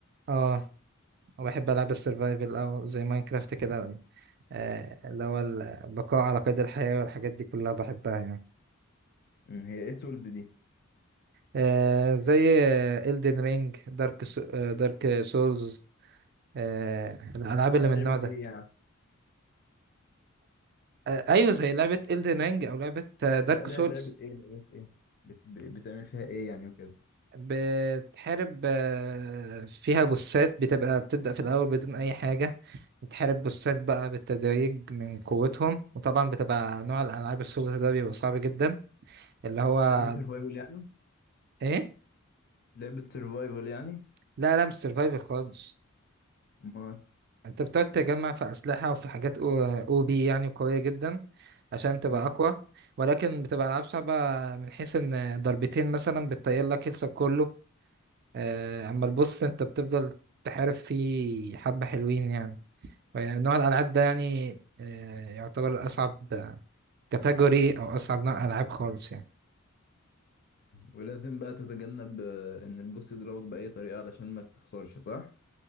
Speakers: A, on the right; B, on the left.
A: آه، وبحب ألعاب السرفايفل أو زي ماينكرافت كده آه، اللي هو البقاء على قيد الحياة والحاجات دي كلها بحبها يعني
B: امم هي ايه سولز دي؟
A: آه، زي إلدن رينج دارك سو... دارك سولز آه الألعاب اللي
B: لا
A: من
B: لعبة
A: النوع ده
B: ايه يعني؟
A: آه، ايوه زي لعبة Elden Ring او لعبة دارك
B: لا لا
A: سولز
B: لعبة ايه لعبة ايه؟ بت... بتعمل فيها ايه يعني وكده؟
A: بتحارب آه، فيها بوسات بتبقى بتبدأ في الأول بدون أي حاجة بتحارب بوسات بقى بالتدريج من قوتهم وطبعا بتبقى نوع الألعاب السولز ده بيبقى صعب جدا اللي هو
B: لعبة سرفايفل يعني؟
A: إيه؟
B: لعبة سرفايفل يعني
A: لا لا مش سرفايفل خالص
B: ما
A: أنت بتقعد تجمع في أسلحة وفي حاجات أو أو بي يعني قوية جدا عشان تبقى
B: مم.
A: أقوى ولكن بتبقى ألعاب صعبة من حيث إن ضربتين مثلا بتطير لك هيلثك كله آه، اما البص انت بتفضل تحارب فيه حبة حلوين يعني نوع الالعاب ده يعني آه، يعتبر اصعب كاتيجوري او اصعب نوع العاب خالص يعني
B: ولازم بقى تتجنب آه، ان البوس يضربك بأي طريقة علشان ما تخسرش صح؟